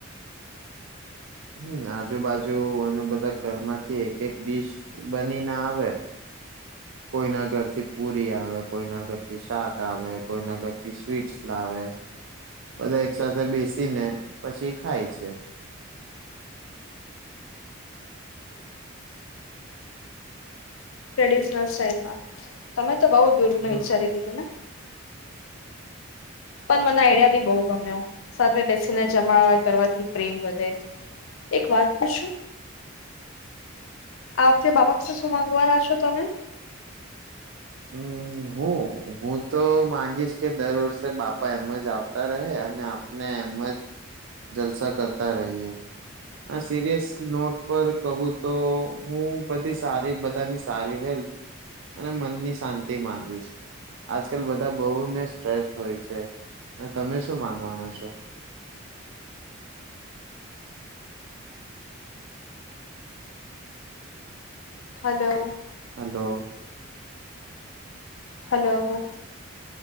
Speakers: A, on the right; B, on the left.
A: હમમ આજુબાજુ અને બધા ઘરમાંથી એક, એક ડીશ બની ને આવે. કોઈના ઘરથી પુરી આવે, કોઈના ઘરથી શાક આવે, કોઈના ઘરથી સ્વીટ્સ લાવે. બધા એક સાથે બેસીને પછી ખાય છે.
B: ટ્રેડિશનલ સ્ટાઈલમાં તમે તો બઉ દૂર નું
A: હા
B: વિચારી લીધું ને. પણ મને આઈડિયા બી બો ગમ્યો સાથે બેસીને જમા કરવાથી પ્રેમ વધે. એક વાત પૂછું આ વખતે બાપા પાસે શું માગવાના છો તમે? <inaudible>
A: હમ હું હું તો માંગીશ કે દર વર્ષે બાપા એમ જ આવતા રહે અને ને એમ જ જલસા કરતા રહીએ. આ સિરિયસ નોટ પર કહું તો હું બધી સારી બધાની સારી હેલ્થ અને મનની શાંતિ માંગીશ. આજકાલ બધા બહુને સ્ટ્રેસ્ટ હોય છે અને તમે શું માંગવાના છો.
B: હલો.
A: હલો.
B: હલો.